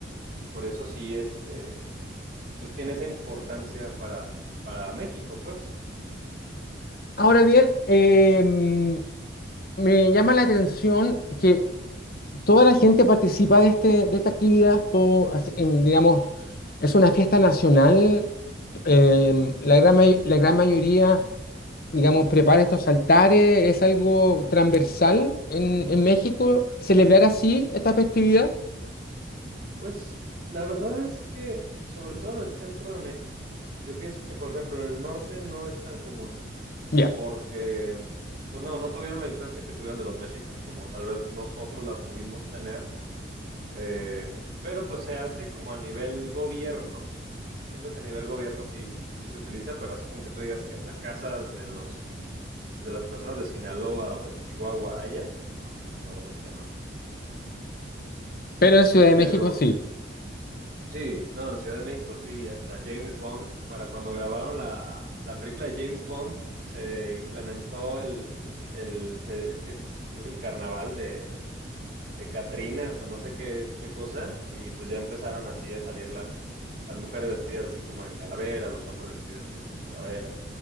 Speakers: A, on the right; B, on the left.
A: por eso sí, este, pues tiene esa importancia para, para México, pues.
B: Ahora bien, eh, me llama la atención que toda la gente participa de este, de esta actividad, todo, así, en, digamos, es una fiesta nacional. eh, la gran, may- la gran mayoría. digamos, prepara estos altares, es algo transversal en, en México, celebrar así esta festividad.
A: Pues la verdad es que, sobre todo en el centro de México, yo pienso que, por ejemplo, en el norte no es tan común,
B: Ya,
A: porque, pues no, no tuvieron la influencia que tuvieron de los mexicas, como tal vez nosotros la pudimos tener, eh, pero pues se hace como a nivel gobierno. siento que a nivel gobierno sí, sí se utiliza, pero así como que tú digas que en las casas de los de las personas de Sinaloa o de Chihuahua haya, la verdad es que no.
B: Pero en Ciudad de
A: Pero
B: México sí.
A: sí, no, en Ciudad de México sí, hasta James Bond, para cuando grabaron la, la película de James Bond, se implementó el, el, el que es, creo que el carnaval de, de Catrinas o no sé qué, qué cosa, y pues ya empezaron así a salir las, las mujeres vestidas así como de calavera, los hombres así vestidos de calavera,